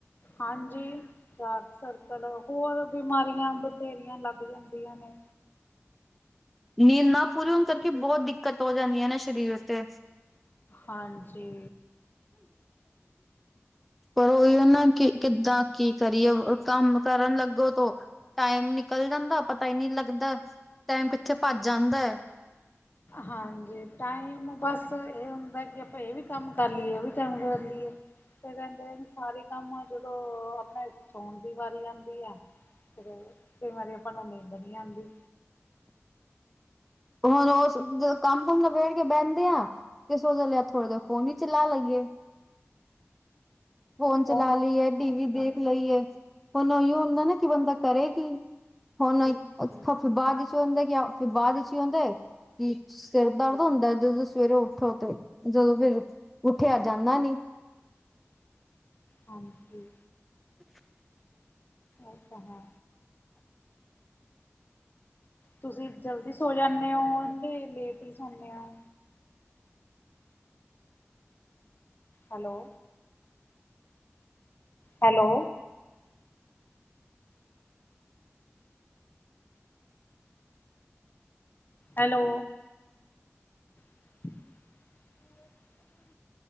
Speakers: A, on the left; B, in the centre.
A: ਹਾਂਜੀ ਡਾਰਕ ਸਰਕਲ, ਹੋਰ ਬਿਮਾਰੀਆਂ ਬਥੇਰੀਆਂ ਲੱਗ ਜਾਂਦੀਆਂ ਨੇ।
B: ਨੀਂਦ ਨਾ ਪੂਰੀ ਹੋਣ ਕਰਕੇ ਬੋਤ ਦਿੱਕਤ ਓ ਜਾਂਦੀ ਐ ਨਾ ਸਰੀਰ ਤੇ।
A: ਹਾਂਜੀ
B: ਪਰ ਓਈ ਓਨਾ ਨੂੰ ਕੀ ਕਿੱਦਾਂ ਕੀ ਕਰੀਏ ਕੰਮ ਕਰਨ ਲੱਗੋ ਤੋਂ ਟਾਈਮ ਨਿਕਲ ਜਾਂਦਾ ਪਤਾ ਈ ਨੀ ਲੱਗਦਾ, ਟਾਈਮ ਕਿੱਥੇ ਭੱਜ ਜਾਂਦਾ ਐ।
A: ਹਾਂਜੀ ਟਾਈਮ ਬਸ ਏ ਹੁੰਦਾ ਕੀ ਆਪਾਂ ਏ ਵੀ ਕੰਮ ਕਰ ਲੀਏ, ਓ ਵੀ ਕੰਮ ਕਰ ਲੀਏ। ਤੇ ਰੈਂਦੇ ਨੇ ਸਾਰੇ ਕੰਮ ਅ ਜਦੋਂ ਆਪਣੇ ਸੋਣ ਦੀ ਵਾਰੀ ਆਂਦੀ ਐ ਫੇਰ ਕਈ ਵਾਰੀ ਆਪਾਂ ਨੂੰ ਨੀਂਦਰ ਨੀ ਆਂਦੀ।
B: ਹੁਣ ਓਸ ਜਦੋਂ ਕੰਮ ਹੂਣ ਨਬੇੜ ਕੇ ਬੈਂਦੇ ਆ ਤੇ ਸੋਚ ਲੈਣੇ ਆ ਥੋੜੇ ਦੇਰ ਫੋਨ ਵੀ ਚਲਾ ਲਈਏ। ਫੋਨ ਚਲਾ
A: ਉਹ
B: ਲਈ ਏ, ਟੀ
A: ਹਮ,
B: ਵੀ ਦੇਖ ਲਈ ਏ। ਹੁਨ ਔਈਔ ਹੁੰਦਾ ਨਾ ਕਿ ਬੰਦਾ ਕਰੇ ਕੀ ਹੁਨ
A: ਹਮ,
B: ਔਥੋਂ ਬਾਦ 'ਚ ਓਨੇ ਕਿਆ ਫੇਰ ਬਾਦ 'ਚ ਕੀ ਹੁੰਦਾ ਕਿ ਸਿਰ ਦਰਦ ਹੁੰਦਾ ਜਦੋਂ ਸਵੇਰੇ ਉਠੋ ਤੇ ਜਦੋਂ ਫੇਰ ਉਠਿਆ ਜਾਂਦਾ ਨੀ।
A: ਹਾਂਜੀ।
B: <inaudible>
A: ਅੱਛਾ ਹਾਂ। ਤੁਸੀਂ ਜਲਦੀ ਸੋ ਜਾਨੇ ਔ ਕਿ ਲੇਟ ਈ ਸੋਨੇ ਔ? Hello. Hello. Hello. <inaudible>